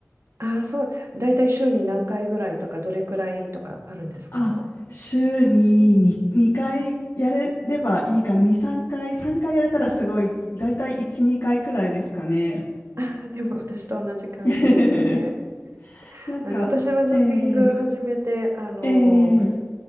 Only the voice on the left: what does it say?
あ、週に2、2回やれればいいかな。2、3回、3回やれたらすごい、だいたい1、2回くらいですかね。
<laughs> なんか、
えー、
えー、